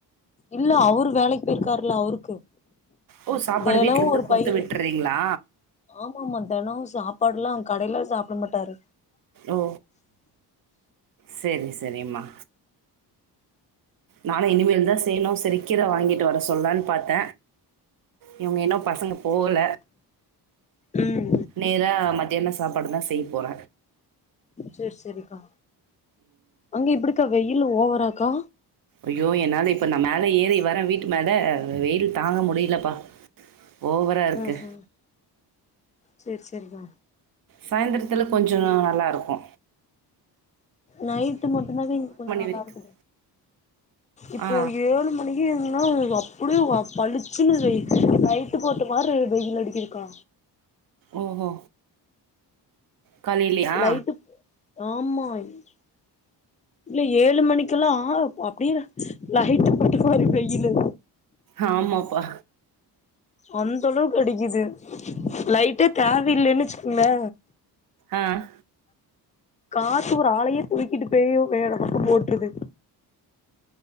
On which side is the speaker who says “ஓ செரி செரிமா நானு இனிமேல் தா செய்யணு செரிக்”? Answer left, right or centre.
Right